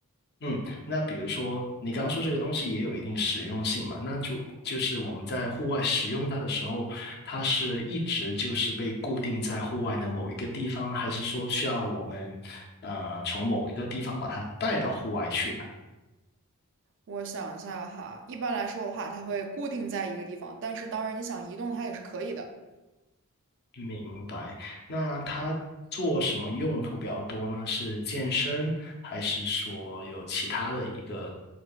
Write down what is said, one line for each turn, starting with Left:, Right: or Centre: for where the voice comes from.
Left: 嗯，那比如说你刚刚说这个东西也有一定实用性嘛，那就就是我们在户外使用它的时候，它是一直就是被固定在户外的某一个地方，还是说需要我们呃从某一个地方把它带到户外去呢？
Right: 我想一下哈，一般来说的话，它会固定在一个地方，但是当然你想移动它也是可以的。
Left: 明白。那它做什么用途比较多呢？是健身，还是说有其他的一个